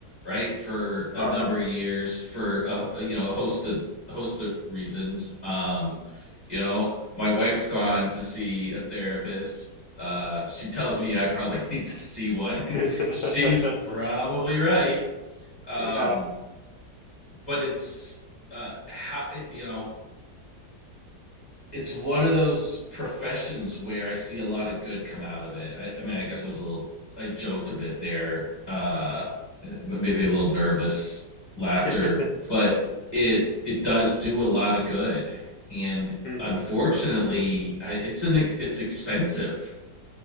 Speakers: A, on the left (about 25°); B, on the left (about 80°).
A: right, for a
B: Uh-huh.
A: number of years for a, you know a host of a host of reasons. Um, you know, my wife's gone to see a therapist. Uh, she tells me I probably <laughs> need to see one, and
B: <laughs>
A: she's probably right. Um,
B: Yeah.
A: but it's uh, how you know it's one of those professions where I see a lot of good come out of it. I, I mean, I guess I was a little, I joked a bit there, uh, maybe a little nervous laughter,
B: <laughs>
A: but it it does do a lot of good. And
B: hmm
A: unfortunately, it's an it's expensive.